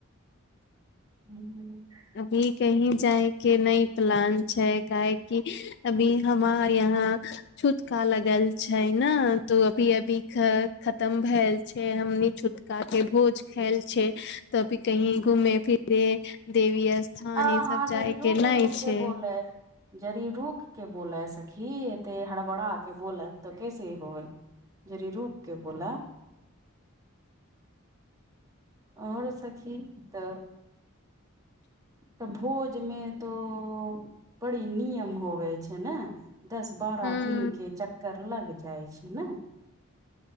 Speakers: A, on the right; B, on the left.
A: <unintelligible>
B: अभी कही जायके नहि प्लान छै काहेकि अभी हमार यहाँ छूतका लगल छै नऽ तो अभी अभी खत्म भेलल छै हमनी छुथका के भोज खायल छै तभी कही घूमे फिरे देवी स्थान
A: आ
B: ई
A: हँ
B: सब
A: जरी
B: जाय
A: रुक
B: कऽ नहि
A: रुक के
B: छै
A: बोलै जरी रूक के बोलै सखी तऽ ई हड़बड़ा के बोलै तऽ कैसे ह होबे ज रूप के बोला आओर सखी तऽ तऽ भोजमे तो बरी निियम होवे छै नऽ दस बारह
B: हूँ
A: दिनके चक्कर लग जाइ छै नऽ